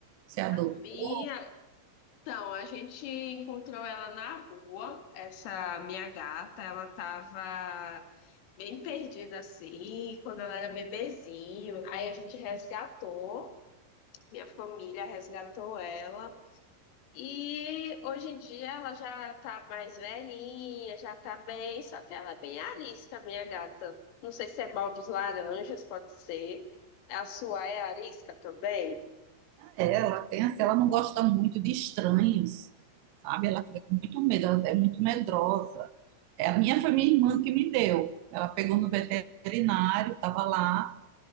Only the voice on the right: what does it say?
Você adotou?
Ah, é, Ela tem assim, ela não gosta muito de estranhos, sabe? Ela fica com muito medo, ela é muito medrosa. É, a minha foi minha irmã que me deu. Ela pegou no veterinário, estava lá.